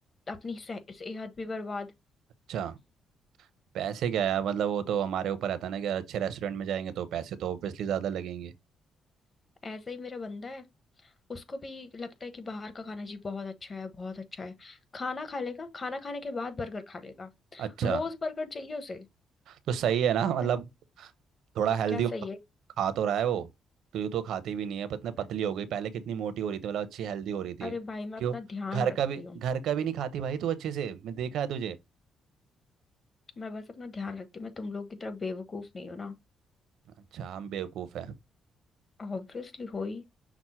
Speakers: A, on the left (about 30°); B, on the right (about 80°).
A: अपनी से- सेहत भी बर्बाद
B: अच्छा पैसे क्या यार मतलब वो तो हमारे ऊपर रहता है ना कि अच्छे रेस्टोरेंट में जाएंगे तो पैसे तो ऑब्वियसली ज़्यादा लगेंगे
A: ऐसा ही मेरा बंदा है उसको भी लगता है कि बाहर का खाना जी बहुत अच्छा है बहुत अच्छा है खाना खा लेगा खाना खाने के बाद बर्गर खा लेगा
B: अच्छा
A: रोज बर्गर चाहिए उसे
B: तो सही है ना मतलब
A: अरे,
B: थोड़ा हेल्दी
A: क्या
B: हो
A: सही
B: खा तो रहा है वो तो ये तो खाती भी नहीं है पतने
A: है
B: पतली हो गई पहले कितनी मोटी हो रही थी मतलब अच्छी हेल्दी हो रही थी
A: अरे भाई मैं
B: क्यों
A: अपना ध्यान
B: घर
A: रखती
B: का भी
A: हूँ
B: घर का भी नहीं खाती भाई तू अच्छे से मैं देखा है तुझे
A: मैं बस अपना ध्यान रखती हूँ मैं तुम लोग की तरह बेवकूफ नहीं हूँ ना
B: अच्छा हम बेवकूफ़ है
A: ऑब्वियसली हो ही